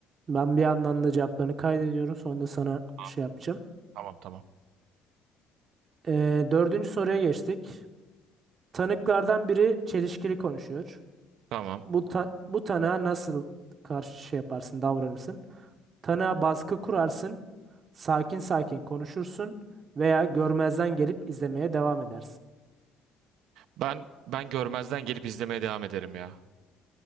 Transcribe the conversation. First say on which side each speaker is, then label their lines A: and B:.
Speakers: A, on the right; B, on the right.
A: Ben bir yandan da cevaplarını kaydediyorum. Sonra da sana
B: Tamam
A: şey yapacağım.
B: tamam. Tamam.
A: Ee, dördüncü soruya geçtik. Tanıklardan biri çelişkili konuşuyor.
B: Tamam.
A: Bu ta- bu tanığa nasıl karşı şey yaparsın, davranırsın? Tanığa baskı kurarsın, sakin sakin konuşursun veya görmezden gelip izlemeye devam edersin.
B: Ben ben görmezden gelip izlemeye devam ederim ya.